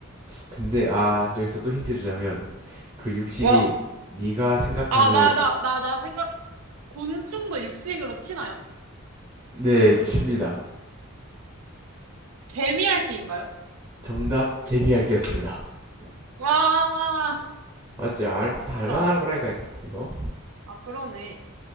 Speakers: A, on the right; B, on the right.
A: 근데 아, 여기서 또 힌트 주자면 그 육식이
B: 와,
A: 네가 생각하는
B: 아, 나, 나, 나, 나 생각, 곤충도 육식으로 치나요?
A: 네, 칩니다.
B: 개미핥기인가요?
A: 정답 개미핥기였습니다.
B: 와,
A: 맞지? 알, 다
B: 아싸.
A: 알만한 거라니까 이거. 이거.
B: 아, 그러네.